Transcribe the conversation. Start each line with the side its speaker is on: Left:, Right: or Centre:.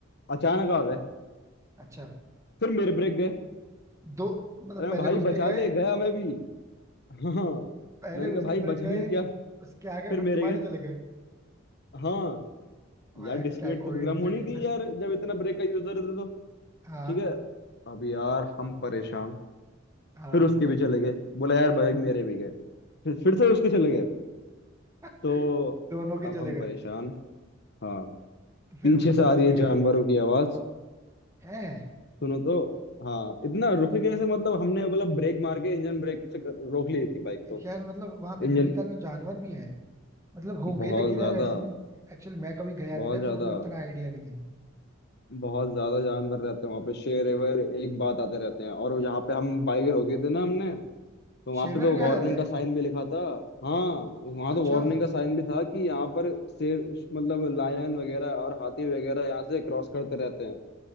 Left: अचानक आ गए
Right: अच्छा
Left: फिर मेरे ब्रेक गए
Right: दो मतलब
Left: अरे मैं,
Right: पहले
Left: भाई
Right: उसके
Left: बचा
Right: गए
Left: ले गया मैं भी हाँ
Right: पहले
Left: मैंने कहा
Right: उसके
Left: भाई
Right: ब्रेक
Left: बचा
Right: गए
Left: ले क्या
Right: उसके आगे
Left: फिर
Right: फिर
Left: मेरे
Right: तुम्हारे
Left: गए
Right: चले गए
Left: हाँ
Right: वाह
Left: यार डिस्प्ले
Right: क्या
Left: तो
Right: कोइंसिडेंस
Left: गर्म होनी थी
Right: है
Left: यार जब इतना ब्रेक का यूजर थे तो
Right: हाँ
Left: ठीक है अब यार हम परेशान
Right: हाँ
Left: फिर उसके भी चले गए बोला यार भाई मेरे भी गए फिर फिर से उसके चले गए
Right: <laughs>
Left: तो
Right: दोनों के
Left: अब
Right: चले
Left: हम
Right: गए
Left: परेशान हाँ
Right: फिर
Left: पीछे
Right: मतलब
Left: से आ
Right: उतरे
Left: रही है
Right: कैसे
Left: जानवरों की आवाज
Right: हैं
Left: सुनो तो हाँ इतना रुके कैसे मतलब हमने बोला ब्रेक मार के इंजन ब्रेक से कर- रोक ली थी बाइक तो
Right: यार मतलब वहां पे
Left: इंजन
Right: नैनीताल में जानवर भी हैं मतलब होंगे
Left: बहुत
Right: लेकिन
Left: ज्यादा
Right: यार ऐसी एक्चुअली मैं कभी गया
Left: बहुत
Right: नहीं ना
Left: ज्यादा
Right: तो मुझे उतना आइडिया नहीं है
Left: बहुत ज्यादा जानवर रहते हैं वहां पे शेर एवर एक बात आते रहते हैं और यहाँ पे हम बाइक रोकी थी ना हमने तो वहां
Right: शेरवर
Left: पे तो
Right: भी
Left: वार्निंग
Right: आ जाते हैं
Left: का साइन भी लिखा था हाँ वहां तो
Right: अच्छा
Left: वार्निंग का साइन भी था कि यहाँ पर शेर मतलब लायन वगैरह और हाथी वगैरह यहाँ से क्रॉस करते रहते हैं